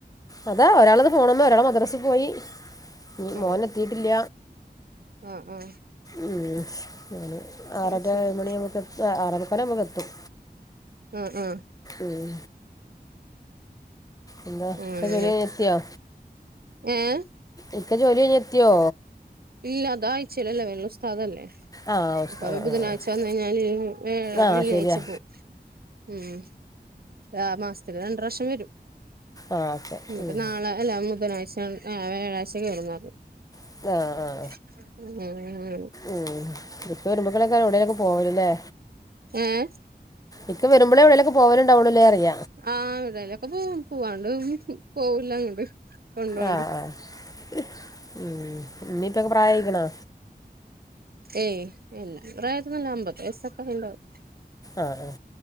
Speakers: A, on the left; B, on the right.
A: അതാ ഒരാള്താ ഫോണും മ്മേ ഒരാൾ മദ്രസിൽ പോയി ഇനി
B: ആഹ്
A: മോന് എത്തിയിട്ടില്ല.
B: ആഹ് ആഹ്.
A: ഉം. ഞാൻ ആറര
B: അത് ശരി
A: ഏഴു മണിമുക്ക് എ ആറരക്കന്നെ നമുക്ക് എത്തും.
B: ആഹ് ആഹ്
A: ഉം. എന്താ <unintelligible>
B: അങ്ങനെ
A: പെരേല് എത്തിയോ
B: ഏഹ്.
A: ഇക്ക ജോലി കഴിഞ്ഞെത്തിയോ?
B: ഇല്ല അതായ്ച്ചയിലല്ലേ വരു അത് ഉസ്താദല്ലേ.
A: ആ ഉസ്താ
B: ഏഹ്
A: ആ
B: ബുധനാഴ്ച്ച വന്നയ്ഞ്ഞാല് വ്യാഴ
A: ആ
B: വെള്ളിയാഴ്ച്ച
A: ആ ശരിയാ
B: പോവും ഉം. ആഹ് മാസത്തില് രണ്ട് പ്രാവശ്യം വരും.
A: ആ ഓക്കെ
B: ഇനിപ്പോ
A: ഉം
B: നാളെ അല്ല ബുധനാഴ്ച്ച വ്യാഴാഴ്ച്ച കയറുന്ന പറഞ്ഞത്.
A: ആഹ് ആഹ്
B: <unintelligible>
A: ഉം ഇപ്പോ വരുമ്പളൊക്കാരം എവിടേലൊക്കെ പോവല് അല്ലേ.
B: ഏഹ്
A: ഇക്ക വരുമ്പളേ എവിടെലൊക്കെ പോവലുണ്ടാവോള്ളു അല്ലേ പറിയ.
B: ആഹ് എവിടെലൊക്കെ പോവും, പോവാണ്ട് പോവില്ലങ്ങണ്ട് കൊണ്ടു പോവാണ്ട്.
A: ആ ആ ഉം ഉമ്മിം ഉപ്പിം ഒക്കെ പ്രായായിക്കണോ?
B: ഏയ് ഇല്ല അത്ര പ്രായായ്ട്ടൊന്നുല്ല അമ്പത്തെഴ് വയസ്സൊക്കെ ആയിണ്ടാവും.
A: ആഹ് ആഹ്